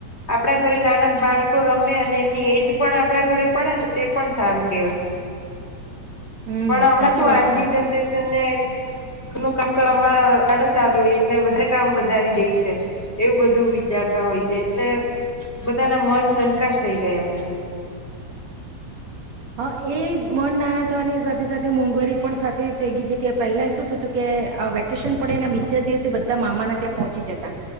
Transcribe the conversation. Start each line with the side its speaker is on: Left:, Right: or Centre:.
Left: આપણા ઘરે નાના બાળકો રમે અને એમની એઠ પણ આપણા ઘરે પડે ને તે પણ સારું કેહેવાય
Right: હમ
Left: પણ હમણાં
Right: સાચું
Left: શું
Right: વાત
Left: આજની
Right: છે
Left: જનરેશન ને ઘ નું કામ કરવામાં આડસ આવ હોય એટલે વધારે કામ વધારી દે છે, એવું બધું વિચારતા હોય છે, એટલે બધાના મન નાનકા થઈ ગયા છે
Right: હા, એ મન નાના થવાની સાથે સાથે મોંઘવારી પણ સાથે થઈ ગઈ છે, કે પહેલા શું થતું કે વેકેશન પડેને બીજા દિવસે બધા મામાના ત્યાં પહોંચી જતા